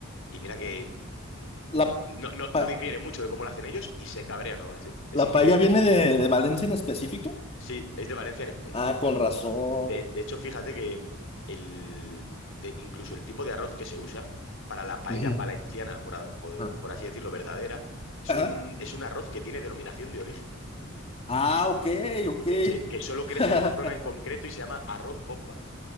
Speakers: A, on the left; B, on the left.
A: y mira que mm,
B: ¿La,
A: no, no, no
B: pa-
A: difiere mucho de cómo lo hacen ellos y se cabrean aún así. Es
B: la
A: increíble.
B: paella viene de, de Valencia en específico?
A: Sí, es de Valencia. en es- f-
B: Ah, con razón.
A: De, de hecho, fíjate que el, de, incluso el tipo de arroz que se usa para la paella
B: Ujú.
A: valenciana, por, a- por-
B: Ah,
A: por así decirlo, verdadera, es
B: Ajá.
A: un, es un arroz que tiene denominación de origen,
B: Ah, ok, ok.
A: que, se, que solo crece
B: <laughs>
A: en esa zona en concreto y se llama arroz bomba,